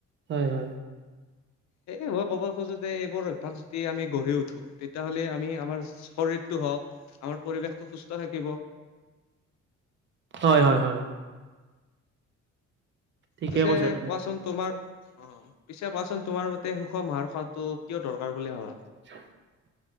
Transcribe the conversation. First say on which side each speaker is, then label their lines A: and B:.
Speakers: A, on the right; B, on the left.
A: হয়- হয়।
B: এ মই ক'ব খোজোঁ যে এইবোৰ অভ্যাস যদি আমি গঢ়ি উঠো। তেতিয়াহ'লে আমি আমাৰ শৰীৰটো হওঁক, আমাৰ পৰিৱেশটো সুস্থ থাকিব।
A: হয়- হয়- হয়। ঠিকে
B: পিছে
A: কৈছা তুমি
B: কোৱাচোন তোমাৰ অ, পিছে কোৱাচোন তোমাৰ মতে সুষম আহাৰ খোৱাটো কিয় দৰকাৰ বুলি ভাবা?
A: <unintelligible>